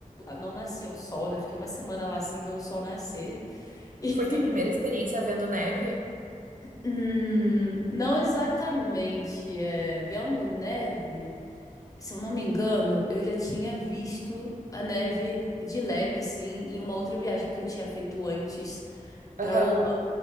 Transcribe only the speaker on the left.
não nascia o sol, né? Fiquei uma semana lá sem ver o sol nascer. <laughs>
Hum, não exatamente. É, vendo neve, se eu não me engano, eu já tinha visto a neve de leve, assim, em uma outra viagem que eu tinha feito antes
para Holanda.